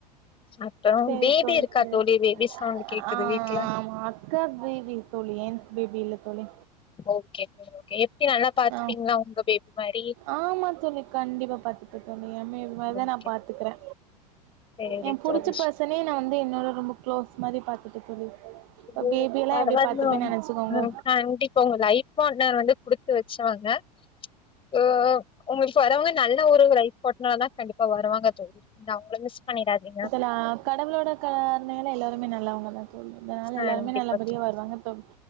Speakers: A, on the left; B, on the right.
A: அப்றோ
B: செரி
A: பேபி
B: தோழி
A: இருக்கா
B: செரித்
A: பேபி சவுண்ட் கேக்குது
B: ஆ ஆ
A: வீட்ல
B: ஆமா. க்கா பேபி தோழி ஏன் பேபி இல்ல தோழி.
A: ஓகே தோழி ஓகே எப்டி நல்லா பாத்துப்பீங்களா
B: ஆ
A: உங்க பேபி மாரி
B: ஆமா தோழி கண்டிப்பா பாத்து ஓகே தோழி எ பேபி மாரிதா
A: ஓகே
B: நா பாத்துக்குறே.
A: சேரி
B: எ புடிச்ச
A: தோழி
B: பர்சனயே நா வந்து என்னோட ரொம்ப கு்ளோஸ் மாரி பாத்துப்ப தோழி.
A: <unintelligible>
B: இப்ப பேபியெல்லா
A: பரவான்ணு
B: எப்டி பாத்துப்பேன்னு நெனச்சுக்கோங்க
A: உ கண்டிப்பா உங்க லைஃப் பாட்னர் வந்து குடுத்து வெச்சவங்க. உ உ உங்குளுக்கு வரவங்க நல்ல ஒரு லைஃப் பாட்னராதா கண்டிப்பா வருவாங்க தோழி. நீங்க அவுங்கள மிஸ் பண்ணிடாதீங்க.
B: அ கடவுளோட கருணைல எல்லாருமே நல்லவங்கதா தோழி அதனால
A: கண்டிப்பா
B: எல்லாருமே நல்ல நெறையா
A: தோழி
B: வருவாங்க தோழி.